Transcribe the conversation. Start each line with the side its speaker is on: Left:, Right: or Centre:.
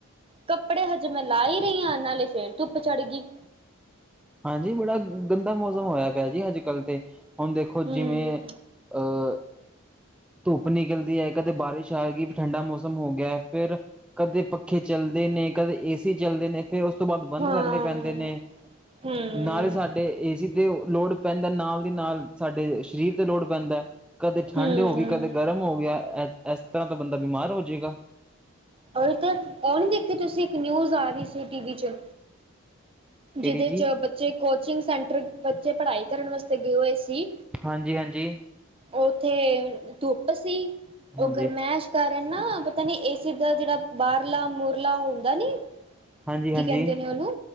Right: ਕੱਪੜੇ ਹਜੇ ਮੈਂ ਲਾ ਈ ਰਈ ਆ, ਨਾਲੇ ਫੇਰ ਧੁੱਪ ਚੜ੍ਹ ਗਈ।
Centre: ਹਾਂਜੀ ਬੜਾ ਗੰਦਾ ਮੌਸਮ ਹੋਏਆ ਪੇਆ ਜੀ ਅੱਜ-ਕੱਲ੍ਹ ਤੇ, ਹੁਣ ਦੇਖੋ
Right: ਹੂੰ
Centre: ਜਿਵੇਂ ਅ ਧੁੱਪ ਨਿਕਲਦੀ ਐ ਕਦੇ ਬਾਰਿਸ਼ ਆਗੀ ਵੀ ਫਿਰ ਠੰਡਾ ਮੌਸਮ ਹੋ ਗੇਆ ਫਿਰ ਕਦੇ ਪੱਖੇ ਚਲਦੇ ਨੇ, ਕਦੇ ਏਸੀ ਚੱਲਦੇ ਨੇ ਫਿਰ ਉਸ ਤੋਂ ਬਾਅਦ ਬੰਦ
Right: ਹਾਂ
Centre: ਕਰਨੇ ਪੇਂਦੇ ਨੇ
Right: ਹੂੰ
Centre: ਨਾਲੇ ਸਾਡੇ ਸਾਡੇ ਏਸੀ ਤੇ ਲੋਡ ਪੇਂਦਾ ਨਾਲ ਦੀ ਨਾਲ ਸਾਡੇ ਸ਼ਰੀਰ ਤੇ ਲੋਡ ਪੇਂਦਾ। ਕਦੇ ਠੰਢ
Right: ਹੂੰ
Centre: ਹੋ ਗਈ ਕਦੇ ਗਰਮ ਹੋ ਗੇਆ, ਏ-ਏਸ ਤਰ੍ਹਾਂ ਤਾ ਬੰਦਾ ਬਿਮਾਰ ਹੋਜੇਗਾ।
Right: ਔਰ ਤੇ ਉਹ ਨਈ ਦੇਖੀ ਤੁਸੀਂ ਇੱਕ ਨਿਊਜ਼ ਆ ਰਹੀ ਸੀ ਟੀ- ਵੀ ਚ।
Centre: ਕਿਹੜੀ
Right: ਜਿਦੇ
Centre: ਜੀ
Right: ਚ ਬੱਚੇ ਕੋਚਿੰਗ ਸੈਂਟਰ ਬੱਚੇ ਪੜ੍ਹਾਈ ਕਰਨ ਵਾਸਤੇ ਗਏ ਹੋਏ ਸੀ।
Centre: ਹਾਂਜੀ ਹਾਂਜੀ
Right: ਓ ਓੱਥੇ ਧੁੱਪ ਸੀ,
Centre: ਹਾਂਜੀ
Right: ਓ ਗਰਮੈਸ਼ ਕਾਰਨ ਨਾ ਪਤਾ ਨੀ ਏਸੀ ਦਾ ਜੇੜਾ ਬਾਰਲਾ- ਮੁਰਲਾ ਹੁੰਦਾ ਨੀ
Centre: ਹਾਂਜੀ ਹਾਂਜੀ
Right: ਕੀ ਕੇਂਦੇ ਨੇ ਓਨੂੰ